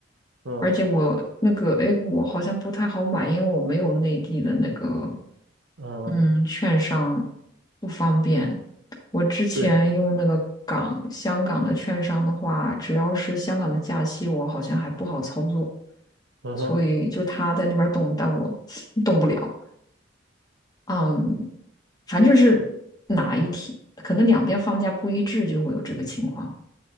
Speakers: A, on the right; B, on the left.
A: 嗯
B: 而且我那个 A 股我好像不太好买，因为我没有内地的那个
A: 嗯，
B: 嗯券商，不方便。我之前用那个港香港的券商的话，
A: 嗯，对，
B: 只要是香港的假期，我好像还不好操作，
A: 嗯哼
B: 所以就他在那边动，但我 <laughs> <sucks teeth> 动不了。嗯，反正是哪一天，可能两边放假不一致，就会有这个情况，